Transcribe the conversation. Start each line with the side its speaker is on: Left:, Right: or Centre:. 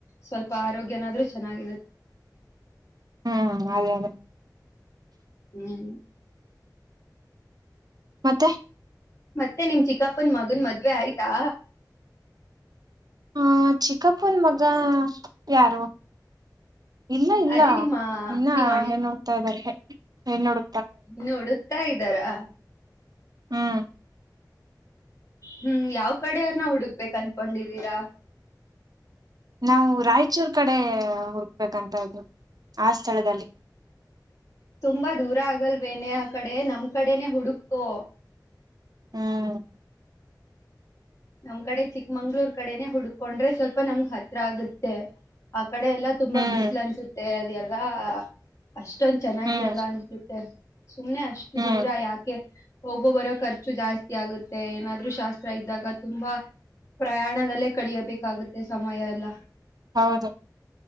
Left: ಸ್ವಲ್ಪ ಆರೋಗ್ಯನಾದ್ರರು ಚೆನ್ನಾಗಿರುತ್ತೆ
Right: ಹಾ ಅದೇ ಅದೇ
Left: ಹ್ಮ್ ಹ್ಮ್
Right: ಮತ್ತೆ
Left: ಮತ್ತೆ ನಿಮ ಚಿಕ್ಕಪ್ಪನ್ ಮಗನ್ ಮದ್ವೆ ಆಯ್ತಾ
Right: ಹ ಚಿಕ್ಕಪ್ಪನ್ ಮಗ ಯಾರು ಇಲ್ಲ ಇಲ್ಲ
Left: ಅದೇ ನಿಮ್ಮ
Right: ಇನ್ನ
Left: ನಿಮ್
Right: ಏನ್ ನೋಡ್ತಾ ಇದ್ದಾರೆ ನೋಡ್
Left: ನುಡುಕ್ತಾ ಇದ್ದಾರಾ
Right: ಹ್ಮ್
Left: ಹ್ಮ್ ಯಾವ್ ಕಡೆಯವ್ರನ ಹುಡುಗ್ಬೇಕಕ್ ಅನ್ಕೊಂಡಿದೀರಾ
Right: ನಾವು ರಾಯಚೂರ್ ಕಡೆ ಹುಡುಕ್ಬೇಕಂತ ಇದ್ರು ಆ ಸ್ಥಳದಲ್ಲಿ
Left: ತುಂಬಾ ದೂರ ಆಗಲ್ವೇನೆ ಆ ಕಡೆ ನಮ್ ಕಡೇನೆ ಹುಡುಕೋ
Right: ಹ್ಮ್
Left: ನಮ್ ಕಡೆ ಚಿಕ್ಕಮಂಗ್ಳೂರ್ ಕಡೆನೆೇ ಹುಡ್ಕೊಂಡ್ರೆ ಸ್ವಲ್ಪ ನಮ್ಗ್ ಹತ್ರ ಆಗುತ್ತೆ ಕಡೆ ಎಲ್ಲಾ ತುಂಬಾ
Right: ಹ್ಮ್
Left: ಬಿಸಿಲು ಅನ್ಸುತ್ತೆ ಅದೆ ಎಲ್ಲಾ ಅಷ್ಟೊಂದ ಚೆನ್ನಾಗಿರಲ್ಲ
Right: ಹ್ಮ್
Left: ಅನ್ಸುತ್ತೆ ಸುಮ್ನೆ ಅಷ್ಟು
Right: ಹ್ಮ್
Left: ದೂರ ಯಾಕೆ ಹೋಗೋ ಬರೋ ಖರ್ಚ ಜಾಸ್ತಿ ಆಗುತ್ತೆ ಏನಾದ್ರೂ ಶಾಸ್ತ್ರ ಇದ್ದಾಗ ತುಂಬಾ ಪ್ರಯಾಣದಲ್ಲೇ ಕಳಿಯಬೇಕಾಗುತ್ತೆ ಸಮಯ ಎಲ್ಲ
Right: ಹೌದು